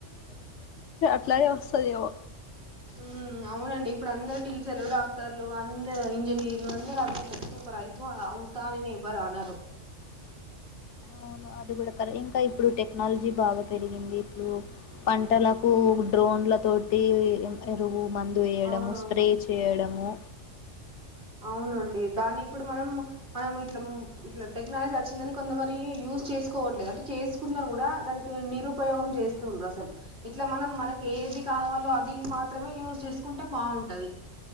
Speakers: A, on the left; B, on the right.
A: అట్లానేే వస్తుదేవో
B: ఉ అవునండి ఇప్పుడు అందరు టీచర్లు డాక్టర్లు అందరు ఇంజనీర్లు అందరు అద అంటనే ఒక రైతుం అవుతా అని ఎవరు అన్నారు
A: అవును అది కూడా కర ఇంకా ఇప్పుడు టె టెక్నాలజీ బాగా పెరిగింది ఇప్పుడు పంటలకు డ్రోన్లతోటి ఎరువు మందు వేయడము
B: అవునవును
A: స్ప్రే చేయడము
B: అవునండి దాన్ని ఇప్పుడు మనం మనం ఇట్లా ఇట్లా టెక్నాలజీ వచ్చిందని కొంతమర యూజ్ చేసుకోవట్లేదు అంటే చేసుకున్నా కూడా దానికి నిరుపయోగం చేస్తూ ఉండరు అసలు ఇట్లా మనం మనకి ఏది కావాలో అది మాత్రమే యూస్ చేసుకుంటే బాగుంటది